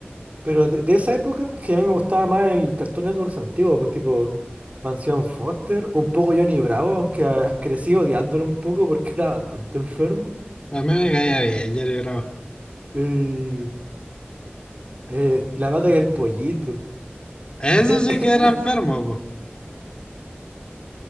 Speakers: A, on the right; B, on the left.
A: Pero de, de esa época, es que a mí me gustaba más el Cartoon Networks antiguo, pues tipo Mansión Foster, un poco Johnny Bravo, aunque ah, crecí odiándolo un poco porque <laughs> era bastante enfermo.
B: A mí me caía bien, Jerry Bravo.
A: Y eh, La vaca y el pollito.
B: Eso
A: <laughs>
B: sí que era enfermo,